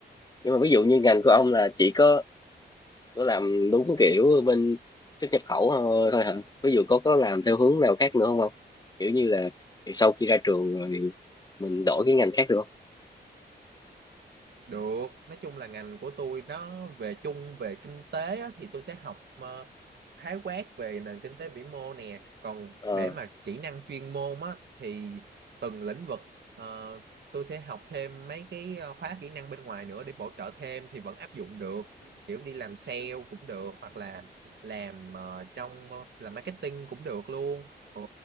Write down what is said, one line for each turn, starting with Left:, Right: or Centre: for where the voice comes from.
Left: nhưng mà ví dụ như ngành của ông là chỉ có nó làm đúng kiểu bên xuất nhập khẩu thôi, thôi hả ví dụ có có làm theo hướng nào khác nữa không không kiểu như là thì sau khi ra trường rồi thì mình đổi cái ngành khác được không
Right: Được, nói chung là ngành của tôi nó về chung về kinh tế á, thì tôi sẽ học ờ, khái quát về nền kinh tế vĩ mô nè. Còn
Left: ờ
Right: để mà kỹ năng chuyên môn á, thì từng lĩnh vực ờ, tôi sẽ học thêm mấy cái ờ, khóa kỹ năng bên ngoài nữa để bổ trợ thêm thì vẫn áp dụng được. Kiểu đi làm sale cũng được hoặc là làm ờ, trong ờ, làm marketing cũng được luôn. Ừ,